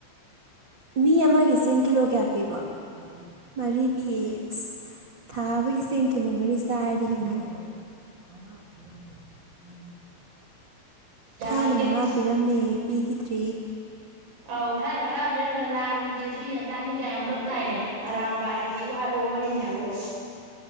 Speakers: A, on the right; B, on the right.
A: ꯃꯤ ꯑꯃꯒꯤ ꯆꯦꯡ ꯀꯤꯂꯣ ꯀꯌꯥ ꯄꯤ ꯢꯄꯣꯛ ꯃꯔꯤ ꯄꯤꯌꯦꯌꯦ ꯑꯁ ꯊꯥ ꯑꯃꯒꯤ ꯆꯦꯡ ꯀꯤꯂꯣ ꯃꯔꯤ ꯆꯥꯔꯗꯤ ꯍꯤꯡꯉꯥꯅꯤ꯫ ꯃꯉꯥ <unintelligible> ꯎꯝ
B: ꯌꯥꯝꯃꯟꯒꯔꯦ
A: ꯊꯥꯏꯅ ꯃꯉꯥ ꯄꯤꯔꯝꯃꯦ ꯄꯤꯈꯤꯗ꯭ꯔꯦꯌꯦ
B: ꯑꯧ ꯊꯥꯏꯅ ꯃꯔꯛ ꯑꯃ ꯄꯤꯔꯝꯃꯦ ꯂꯥꯟꯒꯤꯅꯦ ꯑꯗꯨꯒꯤꯅꯦ ꯑꯗꯥꯒꯤꯒꯥꯢꯅ ꯌꯥꯝ ꯀꯛꯇꯥꯏꯅꯦ ꯑꯔꯥꯝꯕꯥꯏ ꯒꯤꯅꯦꯕꯣ ꯍꯥꯏꯕꯑꯣ ꯑꯃꯒꯤꯅꯦ ꯍꯥꯏꯕꯣꯍꯣ